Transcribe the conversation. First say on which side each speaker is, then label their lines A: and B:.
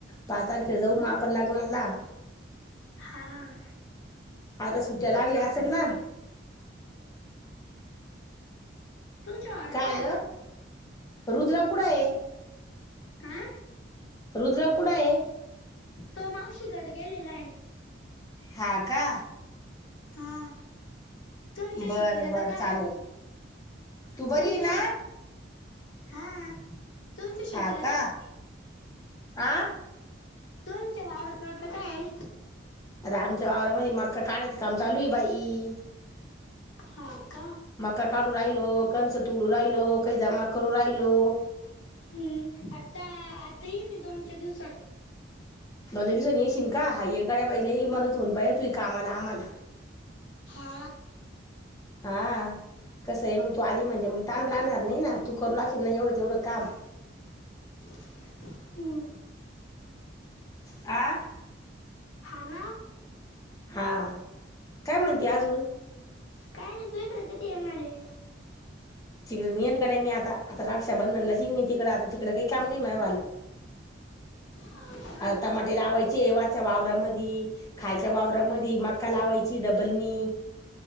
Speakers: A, on the left; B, on the left.
A: पाच तारखेला जाऊ
B: नाही
A: मग आपण लग्नाला.
B: हां
A: आता सुट्ट्या लागल्या असेल ना.
B: तुमच्या वावरात
A: काय आलं
B: आता
A: रुद्रा कुठं आहे.
B: हा
A: रुद्र कुठं हाय.
B: तो मावशीकडे गेलेला हाय ‌.
A: हा का.
B: हा तुमच्या
A: बर
B: शेतीत आता
A: बर
B: काय..
A: चालत तू बरी
B: तुमच्या
A: आहे ना?
B: शेतीत हा तुमच्या शेतीत
A: हा
B: आता
A: का
B: काय
A: आ.
B: तुमचे <unintelligible> काय हाय
A: आता आमच्या वावरामध्ये मक्का काढायचं काम चालू आहे बाई.
B: हा का
A: मका काढू राहिलो कणसं तोडू राहिलो काही जमा करू राहिलो.
B: हम्म आता आता येईन मी दोन चार दिवसात.
A: दोनज दिवसां येशील का हाय गाड्या बाई लय मदत होईल तुही कामाला आम्हाला.
B: हा
A: हा कसं आहे मग तू आली म्हणजे मग. ताण राहणार नाही ना तू करू लागशील ना एवढं तेवढं काम.
B: हमं
A: आ
B: हा ना
A: हा काय म्हणती अजून.
B: काय नाही तू एकडे कधी येणार हाय.
A: तिकडे <unintelligible> मी आता आता रक्षा बंधनला येईन मी तिकडं आता तिकडं काही काम नाही म वालं. <unintelligible>
B: हा का
A: आ टमाटे लावायचे वरच्या वावरामधी. खालच्या वावरामदी मक्का लावायची डबल नी.